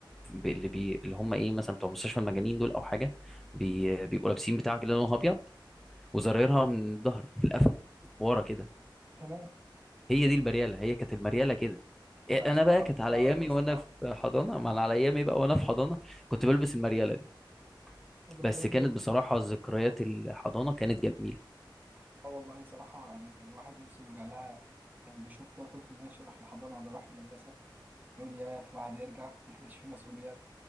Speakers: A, in the centre; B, on the right.
A: ب- اللي بي... اللي هم ايه مثلا بتوع مستشفى المجانين دول او حاجه بي... بيبقوا لابسين بتاع كده لونها ابيض وزرايرها
B: اه
A: من الظهر في القفا ورا كده
B: تمام
A: هي دي المريالة هي كانت المريالة كده إيه،
B: لا الصراحة
A: انا بقى كانت
B: ما كنتش
A: على
B: أعرفها
A: ايامي
B: الصراحة
A: وانا في حضانة ما انا على ايامي بقى وانا في حضانة كنت بلبس المريالة دي
B: ده
A: بس
B: جميل
A: كانت
B: جدا
A: بصراحة ذكريات الحضانة كانت جميلة
B: اه والله صراحة يعني كان الواحد نفسه يرجع لها كان بيشوف كده طفل ماشي راح الحضانة ولا راح المدرسة يقول ياه الواحد يرجع ما كانش فيه مسؤوليات ما